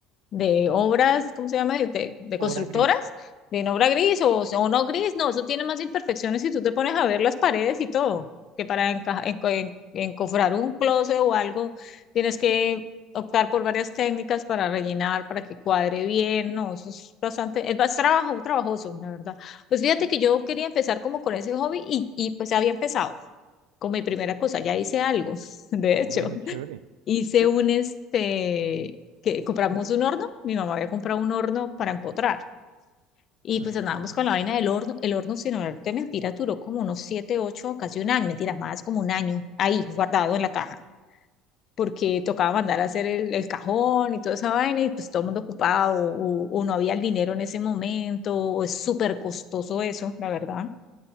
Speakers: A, on the left; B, on the right.
A: de obras, ¿cómo se llama? De, de- de
B: Obra
A: constructoras,
B: gris.
A: de en obra gris o, o no gris, no, eso tiene más imperfecciones si tú te pones a ver las paredes y todo, que para enca- enco- en- encofrar un closet o algo, tienes que optar por varias técnicas para rellenar, para que cuadre bien, no, eso es bastante, es más trabajo, trabajoso, la verdad. Pues fíjate
B: Y,
A: que yo quería empezar como con ese hobby y, y pues había empezado con mi primera cosa, ya hice algo, <laughs> de
B: ah,
A: hecho
B: bueno, chévere.
A: hice
B: Pe-
A: un este, que compramos un horno, mi mamá había comprado un horno para empotrar. Y
B: ah,
A: pues andábamos
B: ya.
A: con la vaina del horno. El horno, sin olvidarte mentiras, duró como unos siete, ocho, casi un año, mentiras más, como un año ahí, guardado en la caja, porque tocaba mandar a hacer el, el cajón y toda esa vaina, y pues todo el mundo ocupado, o, o no había el dinero en ese momento, o es súper costoso eso, la verdad,